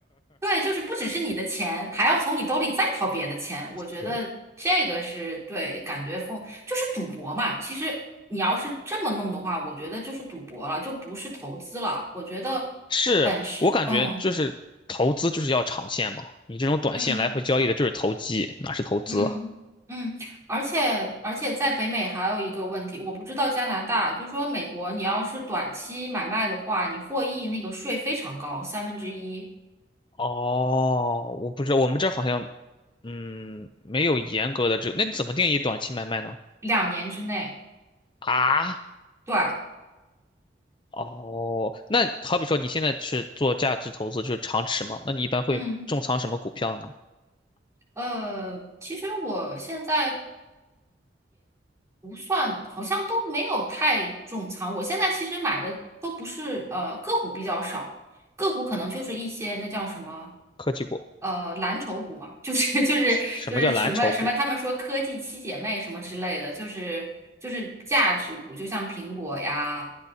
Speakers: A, on the right; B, on the left.
A: 对，就是不只是你的钱，还要从你兜里再掏别的钱。我觉得这个是对，
B: <laughs>
A: 感觉风就是赌博嘛。其实你要是这么弄的话，我觉得就是赌博了，就不是投资了。我觉得
B: 是我感觉就是投资就是要长线嘛，
A: 本身，嗯。
B: 你这种短线来回交易的就是投机，
A: 嗯
B: 哪是投资啊？
A: 嗯嗯，而且而且在北美还有一个问题，我不知道加拿大，就说美国，你要是短期买卖的话，你获益那个税非常高，三分之一，
B: 哦，我不知道，我们这儿好像嗯没有严格的这，那你怎么定义短期买卖呢？
A: 两年之内。
B: 啊，
A: 对，
B: 哦，那好比说你现在是做价值投资，就是长持嘛，那你一般会重仓什么股票呢？
A: 嗯，呃，其实我现在不算，好像都没有太重仓，我现在其实买的都不是呃个股比较少，个股可能就是一些那叫什么。
B: 科技股？
A: 呃蓝筹股嘛，就是 <laughs> 就是就是什么什么，
B: 什么叫蓝筹股？
A: 他们说科技七姐妹什么之类的，就是就是价值股，就像苹果呀，